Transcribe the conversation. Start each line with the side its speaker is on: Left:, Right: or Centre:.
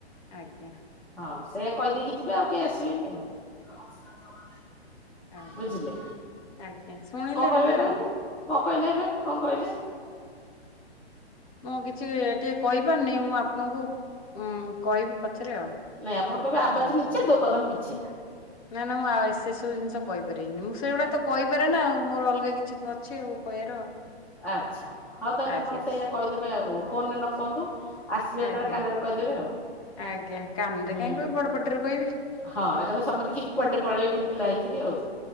Left: ଆଜ୍ଞା।
Centre: ହଁ ସେ କହିଦେଇକି ଯିବେ ଆଉ କେହି ଆସିବେନି ଆଉ।
Left: ଆଜ୍ଞା
Centre: ବୁଝିଲେ
Left: ଆଜ୍ଞା ଶୁଣିଲେ
Centre: କଣ କହିବେ
Left: ହେଲା
Centre: କହିଲେ?
Left: ଆଉ।
Centre: କଣ କହିଲେ ଏବେ କଣ କହିଲେ।
Left: ମୁଁ କିଛି ଟିକେ କହିପାରନି ମୁଁ ଆପଣଙ୍କୁ କହିବି ପଛରେ ଆଉ
Centre: ନାଇଁ ଆପଣ କହିବେ
Left: ଆଗ
Centre: ଆବାଜ
Left: କଣ
Centre: ନିଚେ
Left: କୁହନ୍ତୁ।
Centre: ଦୋ କଦମ ପିଛେ
Left: ନା ନା ମୁଁଉ ସେସବୁ ଜିନିଷ କହିପାରିବିନି। ମୁଁ ସେଇଗୁଡା ତ କହିପାରେ ନାଉ ମୋର ଅଲଗା କିଛି ଅଛି କହିବାର।
Centre: ଆଚ୍ଛା ହଉ ତାହେଲେ
Left: ଆଜ୍ଞା
Centre: ଆପଣ ସେଇା କହିଦେବେ। ଏ ହଉ ଫୋନରେ ନ କୁହନ୍ତୁ। ଆସିବେ ଯେତେବେଳେ
Left: ଆଜ୍ଞା
Centre: କାନରେ କହିଦେବେ ଆଉ।
Left: ଆଜ୍ଞା କାନରେ
Centre: ହୁଁ
Left: କାହିଁ କହିବି ବଡ ପାଟିରେ କହିବି
Centre: ହଁ ଏକ କଥା ସମସ୍ତେ କି କଡେ ପଳେଇବେ କିିଲା ହେଇକରି ଆଉ